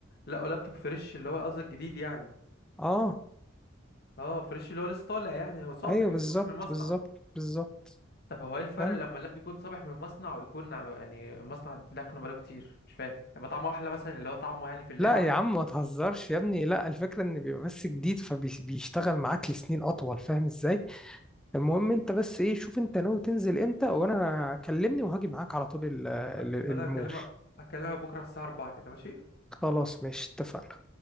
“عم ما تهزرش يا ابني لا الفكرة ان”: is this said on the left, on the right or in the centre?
Centre